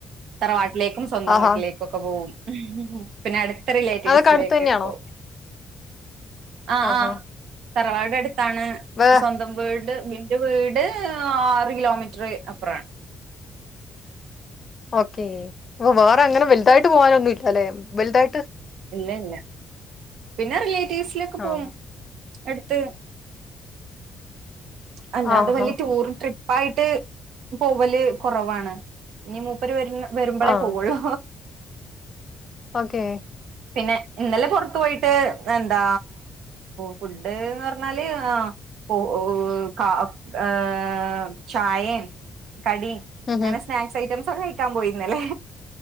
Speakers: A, on the right; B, on the left.
A: തറവാട്ടിലേക്കും സ്വന്തം
B: ആഹാ
A: വീട്ടിലേക്കൊക്കെ പോവും പിന്നെ അടുത്ത റിലേറ്റീവ്സിലേക്കൊക്കെ
B: അതൊക്കെ അടുത്ത് തന്നെയാണോ
A: പോവും ആഹ്
B: ആഹാ
A: ആഹ് തറവാട് അടുത്താണ്
B: വേ
A: സ്വ ന്തം വീട് ഇന്റെ വീട് ആറ് കിലോമീറ്റർ അപ്പുറാണ്
B: ഓക്കേ അപ്പൊ വേറെ അങ്ങനെ വലുതായിട്ട് പോകാനൊന്നുംല്ല അല്ലെ വലുതായിട്ട്
A: ഇല്ല ഇല്ല പിന്നെ റിലേറ്റീവ്സിലൊക്കെ പോകും
B: ആഹ്
A: അടുത്ത് അല്ലാതെ
B: ആഹാ
A: വലിയ ടൂറും ട്രി പ്പായിട്ട് പോവല് കുറവാണ് ഇനി മൂപ്പര് വര വരുമ്പോളേ
B: ആഹ്
A: പോവുള്ളൂ
B: ഓക്കെ
A: പിന്നെ ഇന്നലെ പുറത്തു പോയി ട്ട് എന്താ ഫുഡ് എന്ന് പറഞ്ഞാല് ആഹ് കാ ആഹ് ചായേം കടിം
B: ഉം
A: അങ്ങനെ
B: ഉം
A: സ്നാക്സ് ഐറ്റംസ് ഒക്കെ കഴിക്കാൻ പോയി ഇന്നലെ